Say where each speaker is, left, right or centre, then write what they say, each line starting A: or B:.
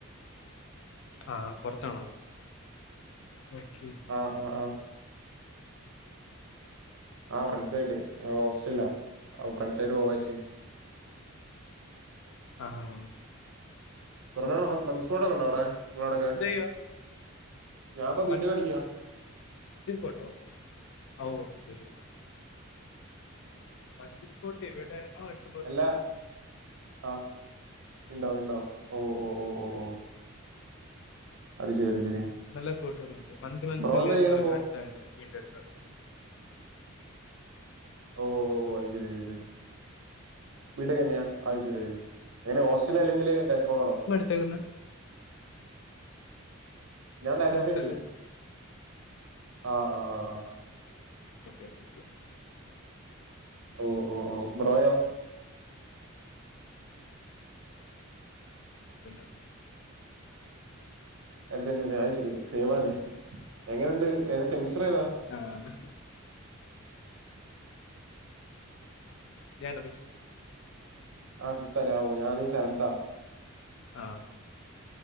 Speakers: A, on the left (about 60°); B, on the right (about 70°).
A: ആഹ് പൊർത്താണോ ഓക്കെ
B: ആഹ് ആഹ് ആഹ് ആഹ് ഫ്രണ്ട്സ് ആയിട്ട് ഞങ്ങള് ഹോസ്റ്റല അ ഫ്രണ്ട്സ് ആയിട്ട് പോവാച്ച്
A: ആഹ് ആഹ്
B: <unintelligible> മന്തി സ്പോട്ട് ഒക്കെ ഉണ്ടോ അവ്ടെ നിങ്ങളവ്ടെക്കെ
A: എന്ത് ചെയ്യുവാ
B: ഞാൻപ്പൊ ബി
A: മന്തി
B: ടെ ക്ക് പഠിക്കാ
A: സ്പോട്ടോ ആ ഓക്കെ മന്തി സ്പോട്ട് ഇവിടെ ഓണ്ട്
B: എല്ലാ ആ ഉണ്ടോ ഉണ്ടോ ഓ ഓ ഓ ഓ ഓ അത് ശരി അത് ശരി
A: നല്ല സ്പോടുണ്ട് മന്തി മനസ്സില്
B: ബ്രോ എന്താ ചെയ്യണിപ്പോ
A: കൊറെ അടുത്തുണ്ട് വീടിന് അടുത്ത്
B: ഓ ഓ അത് ശരി അത് ശരി വീട്ടൊക്കെന്നെയാ അത് ശരി എങ്ങനെ ഹോ സ്‌റ്റലോ അല്ലെങ്കിൽ ഡേസ് ഓണറോ
A: തേടുന്നത്
B: ഞാൻ ഡാറ്റാ
A: ഹോസ്റ്റലില്ല
B: സയൻസ് ആഹ് ആഹ് ആഹ്
A: ഓക്കെ ഓക്ക ഓക്കെ
B: ഓഹ് ഓഹ് ഓഹ് ബ്രോയോ
A: റ്റല്ല
B: ഡാറ്റ സയൻസിലെ അയ്ശരി സേയ്മാലെ എങ്ങനെയുണ്ട് ഏതാ സെമസ്റ്റർ ഏതാ
A: ആഹ് ഞനോ ഫിഫ്ത്
B: ആ ഫിഫ്താലെ ആ ഓ ഞാന് സെവൻതാ
A: ആഹ്